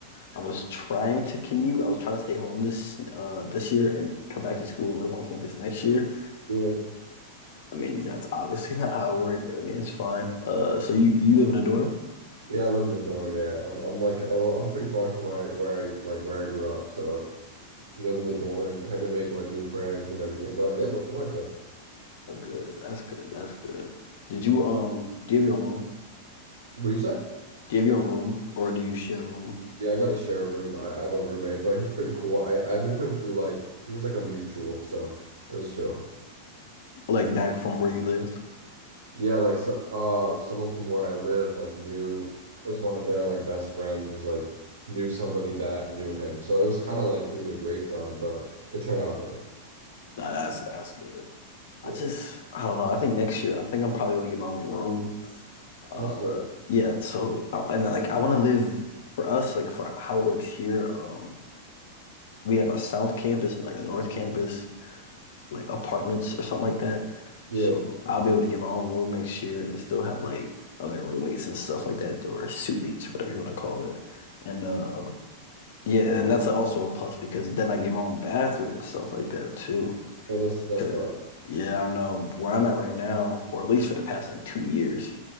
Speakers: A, on the left (about 55°); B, on the right (about 65°).
A: I was trying to commute. I was trying to stay home this uh this year and come back to school and live on campus next year.
B: Yeah.
A: I mean, that's obviously <laughs> not how it worked, but I mean, it's fine. Uh, so you you live in a dorm?
B: Yeah, I live in the dorm, yeah. I'm I'm like a little, I'm pretty far from my where I like where I grew up, so live in the dorm, had to make like new friends and everything, but it went it went good.
A: Oh, good. That's good. That's good. Did you um? Do you have your own room?
B: What do you say?
A: Do you have your own room or do you share a room
B: Yeah, I got to share a room. I, I have a roommate, but he's pretty cool. I I knew him through like he was like a mutual, so it was chill.
A: like back from where you lived?
B: Yeah, like so, uh, someone from where I live, like knew it was one of their like best friends was like knew somebody that knew him. So it was kind of like through the grapevine, but it turned out good.
A: Nah, that's that's good.
B: Yeah,
A: I just I don't know. I think next year I think I'm probably gonna get my own room. Uh,
B: that's good.
A: yeah. So I- and like I want to live for us like for how it works here. Um, we have a south campus and like a north campus, like apartments or something like that.
B: Yeah,
A: So I'll be able to get my own room next year and still have like other roommates and stuff like that or suite mates or whatever you want to call it. And uh, Yeah, and that's also a plus because then I get my own bathroom and stuff like that too.
B: no, that's
A: Because
B: that's fine.
A: yeah, I know where I'm at right now, or at least for the past like two years,